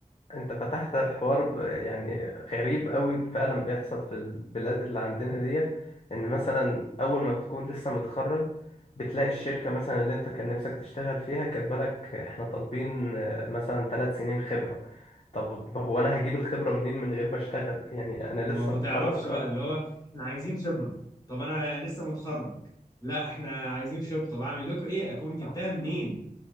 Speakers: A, on the left; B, on the left.
A: انت فتحت الحوار ب- يعني غريب قوي فعلا بيحصل في البلاد اللي عندنا دي ان مثلا اول ما بتكون لسه متخرج بتلاقي الشركة مثلا اللي انت كان نفسك تشتغل فيها كاتبه لك احنا طالبين آه، مثلا ثلاث سنين خبرة طب هو انا هجيب الخبرة منين من غير ما اشتغل يعني انا
B: ما
A: لسه
B: هو ما
A: متخرج
B: تعرفش بقى
A: اه
B: اللي هو احنا عايزين خبرة طب انا لسه متخرج لا احنا عايزين خبرة طب اعمل لكم ايه اكون جبتها
A: ه-
B: منين